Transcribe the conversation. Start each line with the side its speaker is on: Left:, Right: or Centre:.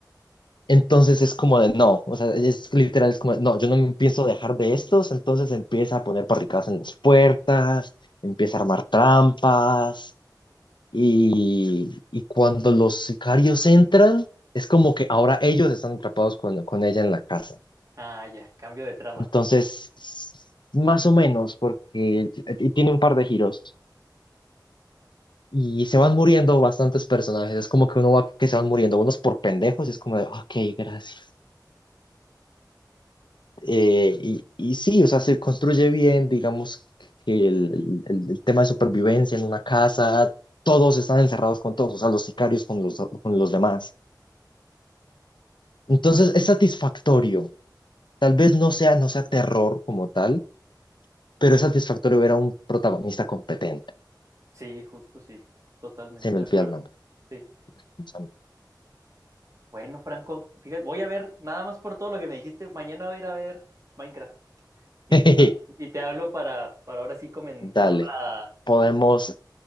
Left: Entonces es como de no, o sea, es literal, es como de, no, yo no me pienso dejar de estos, entonces empieza a poner barricadas en las puertas, empieza a armar trampas y, y cuando los sicarios entran, es como que ahora ellos están atrapados con, con ella en la casa.
Right: Ah, ya, cambio de trama.
Left: Entonces, más o menos, porque y tiene un par de giros y se van muriendo bastantes personajes. Es como que uno va que se van muriendo, unos por pendejos, y es como de, ok, gracias. Eh, y, y sí, o sea, se construye bien, digamos, que el, el- el tema de supervivencia en una casa, todos están encerrados con todos, o sea, los sicarios con los, con los demás. Entonces, es satisfactorio. Tal vez no sea, no sea terror como tal, pero es satisfactorio ver a un protagonista competente.
Right: Sí, justo sí, totalmente
Left: Se me olvida
Right: de acuerdo.
Left: el nombre.
Right: Sí.
Left: Pásame.
Right: Bueno, Franco, fíjate, voy a ver, nada más por todo lo que me dijiste, mañana voy a ir a ver Minecraft y
Left: <laughs>
Right: te, ha- y te hablo para, para ahora sí comentarla,
Left: Dale, podemos